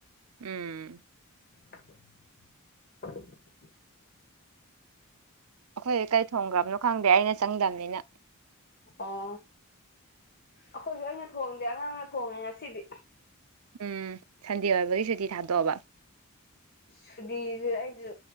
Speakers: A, on the right (about 85°); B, on the left (about 45°).
A: ꯎꯝ
B: <unintelligible>
A: ꯑꯩꯈꯣꯏ ꯀꯩ ꯊꯣꯡꯈ꯭ꯔꯕꯅꯣ ꯈꯪꯗꯦ ꯑꯩꯅ ꯆꯪꯗꯝꯅꯤꯅ
B: ꯑꯣ ꯑꯩꯈꯣꯏꯁꯨ ꯑꯩꯅ ꯊꯣꯡꯗꯦ ꯑꯉꯥꯡꯅ ꯊꯣꯡꯉꯦ ꯉꯁꯤꯗꯤ
A: ꯎꯝ ꯁꯟꯗꯦ ꯑꯣꯏꯕꯒꯤ ꯁꯨꯇꯤ ꯊꯥꯗꯣꯛꯑꯕ
B: ꯁꯨꯗꯤꯁꯦ ꯑꯩꯁꯨ